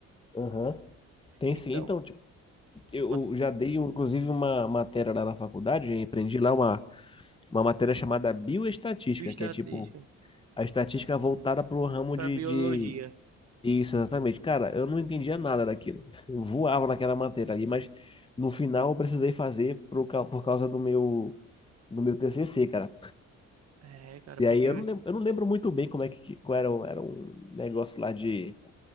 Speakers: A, on the left; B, on the right.
A: Aham. Tem
B: Então,
A: sim. Então, tipo, eu
B: Bota
A: já dei, inclusive, uma matéria lá na faculdade, aprendi lá uma uma matéria chamada bioestatística,
B: bioestatística
A: que é tipo a estatística voltada para o ramo
B: para
A: de,
B: biologia.
A: de. Isso, exatamente. Cara, eu não entendia nada daquilo. Eu voava naquela matéria ali, mas no final eu precisei fazer por, ca- por causa do meu. Do meu TCC, cara.
B: É, cara,
A: E
B: porque
A: aí eu não lembro, eu não lembro muito bem como é que qual era, o- era um negócio lá de